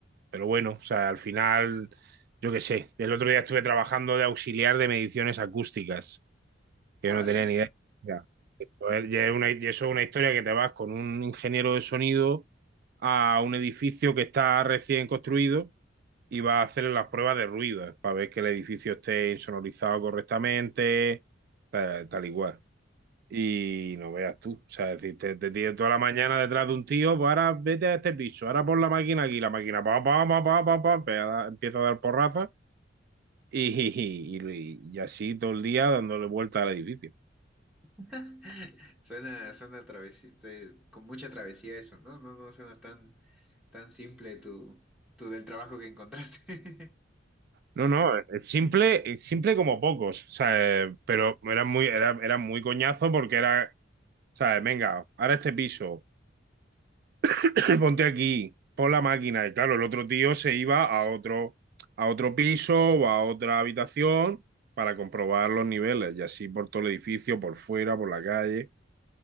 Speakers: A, on the right (about 55°); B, in the centre.
A: pero bueno, o sea, al final, yo qué sé, el otro día estuve trabajando de auxiliar de mediciones acústicas que
B: Órales.
A: yo no tenía ni idea. Ya. Eso es, ya es una, y eso es una historia que te vas con un ingeniero de sonido a un edificio que está recién construido y vas a hacer las pruebas de ruido para ver que el edificio esté insonorizado correctamente, tal, tal y cual. Y no veas tú, o sea, es decir, te, te tienes toda la mañana detrás de un tío, pues ahora vete a este piso, ahora pon la máquina aquí, la máquina pa, pa, pa, pa, pa, pa, empe- a dar- empieza a dar porrazas y, <laughs> y, y- y así todo el día dándole vuelta al edificio.
B: <laughs> Suena, suena travesía, con mucha travesía eso, ¿no? No, no suena tan, tan simple tu, tu del trabajo que encontraste. <laughs>
A: No, no, es simple, es simple como pocos, o sea, eh, pero era muy, era, era muy coñazo porque era, ¿sabes? Venga, ahora este piso, <clears throat> ponte aquí, pon la máquina. Y claro, el otro tío se iba a otro, a otro piso o a otra habitación para comprobar los niveles. Y así por todo el edificio, por fuera, por la calle.